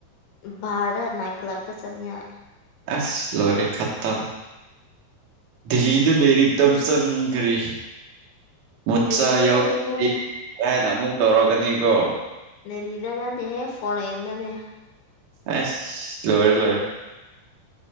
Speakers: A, on the left; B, on the right.
A: ꯕꯥꯥꯔꯗ ꯅꯥꯏꯗ ꯀꯂꯞꯇ ꯆꯠꯅꯤꯡꯉꯥꯏ
B: ꯑꯁ ꯂꯣꯏꯔꯦ ꯈꯠꯇꯝ ꯗꯤꯂꯤꯗ ꯂꯩꯔꯤꯛ ꯇꯝ ꯆꯪꯒ꯭ꯔꯦ ꯃꯣꯠꯆꯥ
A: ꯗꯦꯜꯂꯤꯗ
B: ꯌꯥꯎꯔꯛ
A: ꯅꯠꯇꯦꯍꯦ
B: ꯑꯦ ꯍꯥꯏꯅ ꯑꯃꯨꯛ ꯇꯧꯔꯛꯀꯅꯤꯀꯣ
A: ꯗꯦꯂꯤꯗ ꯅꯠꯇꯦ ꯍꯦ ꯐꯣꯔꯦꯟꯗꯅꯦ
B: ꯑꯁ ꯂꯣꯏꯔꯦ ꯂꯣꯏꯔꯦ